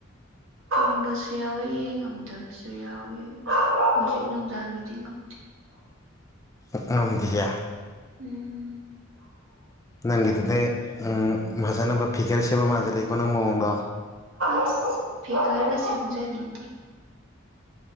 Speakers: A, on the right; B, on the left.
A: ꯉꯝꯕꯁꯨ ꯌꯥꯎꯏ ꯉꯝꯗꯕꯁꯨ ꯌꯥꯎꯋꯦ ꯍꯧꯖꯤꯛ ꯅꯨꯡꯗꯥꯡꯒꯤꯗꯤ ꯉꯝꯃꯦ
B: ꯉꯝꯗꯦꯌꯦ
A: ꯎꯝ
B: ꯅꯪꯒꯤꯗꯨꯗꯤ ꯎꯝ ꯐꯖꯅꯕ ꯐꯤꯒꯔ ꯁꯦꯝꯕ ꯃꯥꯟꯁꯤꯟꯂꯛꯀꯣ ꯅꯪ ꯃꯑꯣꯡꯗꯣ
A: ꯑꯁ ꯐꯤꯒꯔꯗ ꯁꯦꯝꯖꯅꯤꯡꯗꯦ